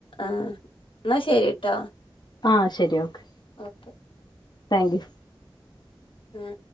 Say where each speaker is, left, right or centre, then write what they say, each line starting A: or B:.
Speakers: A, on the left (about 75°); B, on the left (about 50°).
A: ആഹ് എന്നാ ശരിട്ടോ.
B: ആഹ് ശരി ഓക്കെ.
A: ഓക്കെ.
B: താങ്ക്യു.
A: ഉം.